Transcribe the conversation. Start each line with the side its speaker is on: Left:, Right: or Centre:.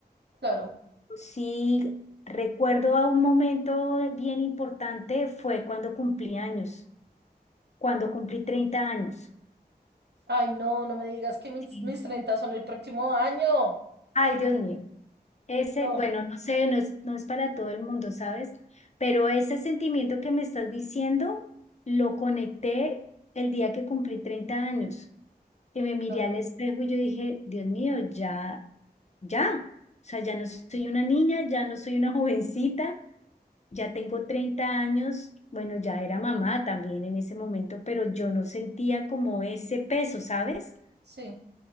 Right: claro.
Left: Sí, recuerdo a un momento bien importante fue cuando cumplí años, cuando cumplí 30 años.
Right: Ay, no, no me digas que mis,
Left: Sí.
Right: mis 30 son el próximo año.
Left: Ay, Dios mío. Ese,
Right: No,
Left: bueno, no sé, no es, no es para todo el mundo, ¿sabes? Pero ese sentimiento que me estás diciendo lo conecté el día que cumplí 30 años, que me miré
Right: claro,
Left: al espejo y yo dije, Dios mío, ya, ya, o sea, ya no soy una niña, ya no soy una <laughs> jovencita, ya tengo 30 años, bueno, ya era mamá también en ese momento, pero yo no sentía como ese peso, ¿sabes?
Right: sí.